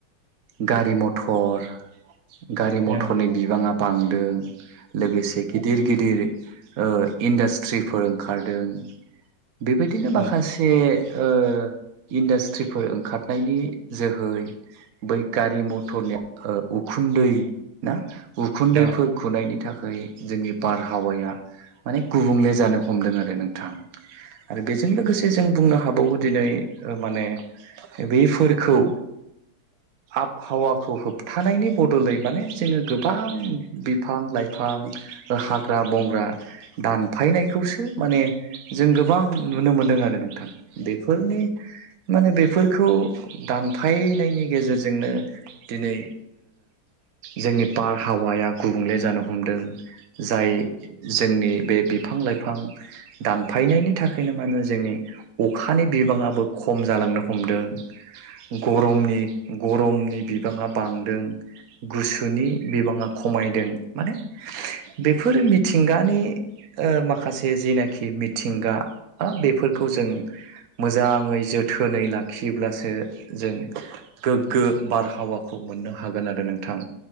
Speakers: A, on the right (about 60°); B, on the right (about 80°).
A: गारि मथर गारि
B: नंगौ
A: मटरनि बिबाङा बांदों लोगोसे गिदिर गिदिर ओ इन्डास्ट्रिफोर ओंखारदों बेबायदिनो
B: नंगौ
A: माखासे ओ इन्डास्ट्रिफोर ओंखारनायनि जोहै बै गारि मथरनि उखुन्दै ना उखुन्दैफोर
B: नंगौ
A: खुनायनि थाखाय जोंनि बारहावाया माने गुबुंले जानो हमदों आरो नोंथां आरो बेजों लोगोसे जों बुंनो हाबावो दिनै माने बेफोरखौ
B: औ
A: आबहावाखौ होबथानायनि बदलै माने जोङो गोबां बिफां लाइफां हाग्रा बंग्रा दानफायनायखौसो माने जों गोबां नुनो मोनदों आरो नोंथां बेफोरनि माने बेफोरखौ दानफायनायनि गेजेरजोंनो दिनै जोंनि बारहावाया गुबुंले जानो हमदों जाय जोंनि बे बिफां लाइफां दानफायनायनि थाखायनो माने जोंनि अखानि बिबाङाबो ख खम जालांनो हमदों गरमनि गरमनि बिबाङा बांदों गुसुनि बिबाङा खमायदों माने बेफोर मिथिंगानि माखासे जेनाखि मिथिंगा बेफोरखौ जों मोजाङै जों जोथोनै लाखियोब्लासो जों गोग्गो बारहावाखौ मोननो हागोन आरो नोंथां